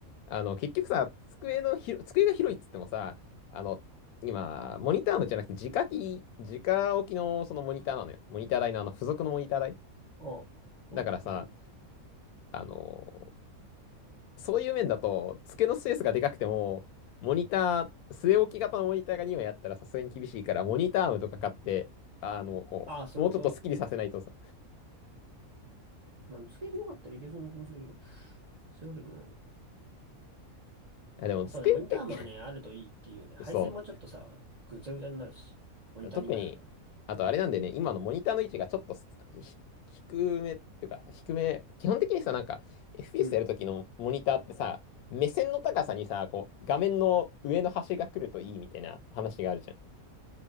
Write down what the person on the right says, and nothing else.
ああ、おうん。
ああ、そういうこと。
まあ、机広かったらいけそうな気もするけど、そういうわけでもない。
あ、
そうね、モニターもね、あるといいっていうね、配線もちょっとさ、
ぐちゃぐちゃになるし、モニター2枚あると。
うん。